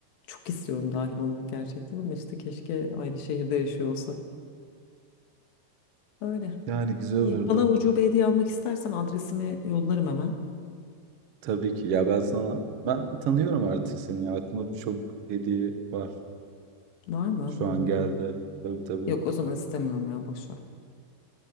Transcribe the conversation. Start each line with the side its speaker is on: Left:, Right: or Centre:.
Left: çok istiyorum dahil olmak gerçekten ama işte keşke aynı şehirde yaşıyor olsak. Öyle.
Right: Yani güzel
Left: İyi.
Right: olurdu.
Left: Bana ucube hediye almak istersen adresimi yollarım hemen.
Right: Tabii ki. Ya ben sana ben tanıyorum artık seni. Aklımda birçok hediye var.
Left: Var mı?
Right: Şu
Left: Hmm.
Right: an geldi. Tabii tabii.
Left: Yok o zaman istemiyorum ya boş ver.